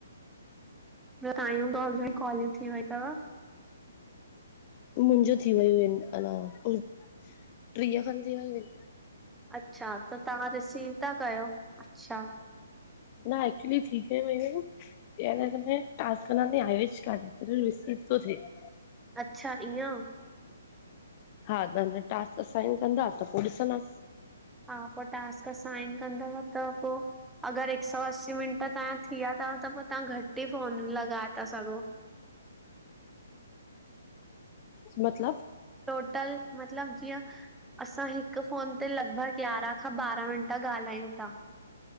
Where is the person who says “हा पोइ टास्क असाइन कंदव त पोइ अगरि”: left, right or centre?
Centre